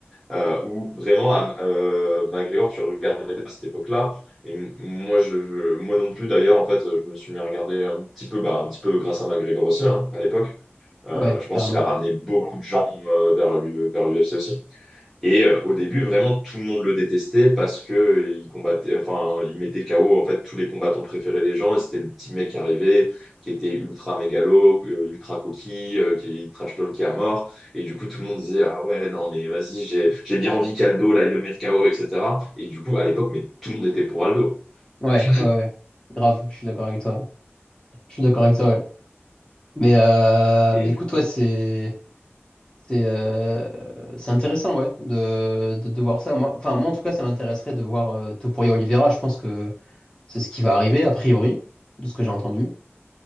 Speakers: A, in the centre; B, on the left.
A: euh, où vraiment, à- euh, McGregor, tu regardais à cette époque-là. Et m- moi, je, je- moi non plus, d'ailleurs, en fait, je me suis mis à regarder un petit peu, bah, un petit peu grâce à McGregor aussi, hein, à l'époque. Euh,
B: Ouais,
A: je pense
B: carrément.
A: qu'il a ramené beaucoup de gens euh, vers l'U- vers l'UFC aussi. Et euh, au début, vraiment, tout le monde le détestait parce que euh, il combattait, enfin, il mettait KO en fait tous les combattants préférés des gens. Et c'était le petit mec qui arrivait, qui était ultra mégalo, euh, ultra coquille, euh, qui trash talkait à mort. Et du coup, tout le monde disait ah ouais, non mais vas-y, j'ai j'ai bien envie qu'Aldo là, il le mette KO, etc. Et cetera. Et du coup, à l'époque, mais tout le monde était pour Aldo.
B: Ouais,
A: <laughs>
B: ouais, ouais. Grave, je suis d'accord avec toi. Je suis d'accord avec toi, ouais. Mais, euh,
A: Et
B: mais
A: du
B: écoute, ouais, c'est c'est euh, c'est intéressant, ouais, de, de, de voir ça. Moi, enfin, moi, en tout cas, ça m'intéresserait de voir euh, Topuria Oliveira. Je pense que c'est ce qui va arriver, a priori, de ce que j'ai entendu.